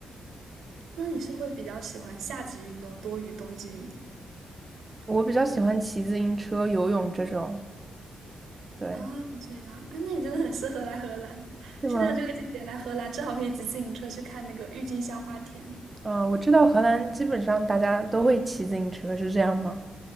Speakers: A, on the right; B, on the right.
A: 那你是会比较喜欢夏季运动多于冬季运动？
B: <laughs> 我比较喜欢骑自行车、游泳这种。对，
A: 啊，这样，啊，那你真的很适合来荷兰。
B: 是吗？
A: 现在这个季节来荷兰，正好可以骑自行车去看那个郁金香花田。
B: 啊，我知道荷兰基本上大家都会骑自行车，是这样吗？